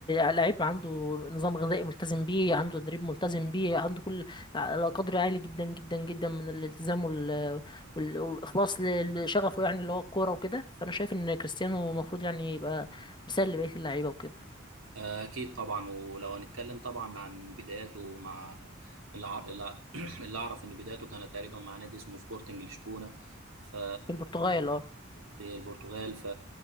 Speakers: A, on the left; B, on the right.
A: لعيب عنده نظام غذائي ملتزم بيه عنده تدريب ملتزم بيه عنده كل قدر عالي جدا جدا جدا من الالتزام وال... وال... والإخلاص ل- لشغفه يعني اللي هو الكورة وكده فأنا شايف إن كريستيانو المفروض يعني يبقى مثال لبقية اللعيبة وكده
B: آه، اكيد طبعا ولو هنتكلم طبعا عن بداياته مع الع... لا، <clears throat> اللي اعرف ان بدايته كانت تقريبا مع نادي اسمه سبورتنج لشبونه ف
A: في البرتغال اه
B: في البرتغال ف...